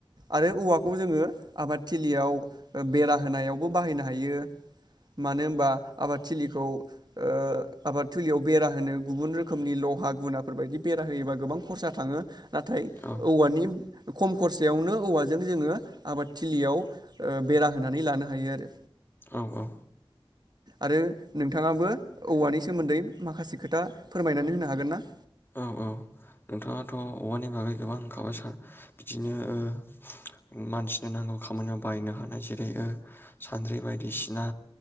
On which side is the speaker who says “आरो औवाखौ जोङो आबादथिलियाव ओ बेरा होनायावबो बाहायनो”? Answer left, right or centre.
Right